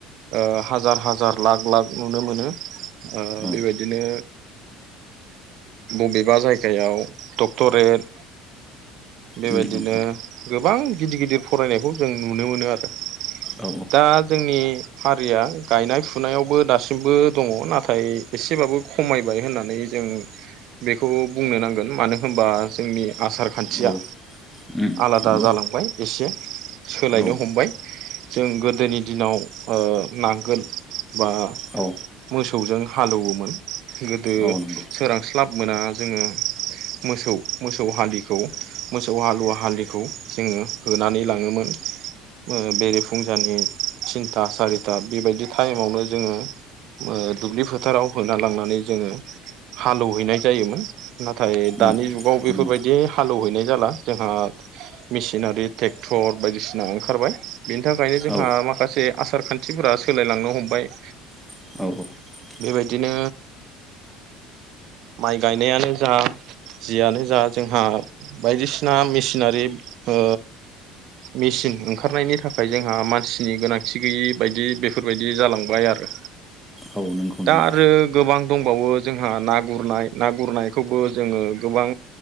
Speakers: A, on the right; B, in the centre.
A: ओ हाजार हाजार लाख लाख नुनो मोनो ओ
B: औ
A: बेबायदिनो बबेबा जायगायाव डक्टरेट बेबादिनो
B: उम औ नंगौ
A: गोबां गिदिर गिदिर फरायनायखौ जों नुनो मोनो आरो
B: औ
A: दा जोंनि हा रिया गायनाय फुनायावबो दासिमबो दङ नाथाय एसेबाबो खमायबाय होननानै जों बेखौ बुंनो नांगोन मानो होमबा जोंनि आसार खान्थिया
B: औ उम
A: आलादा
B: नंगौ
A: जालांबाय एसे सोलायनो
B: औ
A: हमबाय। जों गोदोनि दिनाव ओ नांगोल बा
B: औ
A: मोसौजों हालौवोमोन गोदो
B: औ नंगौ
A: सोरां क्लाब मोना जोङो मोसौ मोसौ हलिखौ मोसौ हालुवा हालिखौ जोङो होनानै लाङोमोन ओ बेरे फुंजानि थिनथा सारिथा बेबायदि टाइमावनो जोङो दुब्लि फोथाराव होना लांनानै जोङो हालौवहैनाय जायोमोन नाथाय दानि
B: उम
A: जुगाव बेफोरबायदि
B: नंगौ
A: हालौवहैनाय जाला जोंहा मेसिनारि ट्रेक्टर बायदिसिना ओंखारबाय बिनि थाखायनो जोंहा
B: औ
A: माखासे आसार खान्थिफोरा सोलायलांनो हमबाय
B: <inaudible>
A: बेबायदिनो माइ गायनायानो जा जियानो जा जोंहा बायदिसिना मेसिनारि ओ मिसिन ओंखारनायनि थाखाय जोंहा मानसिनि गोनांथि गैयि बायदि बेफोरबायदि जालांबाय आरो
B: औ नंगौ
A: दा
B: नंगौ
A: आरो गोबां दंबावो जों हा ना गुरनाय ना गुरनायखौबो जोङो गोबां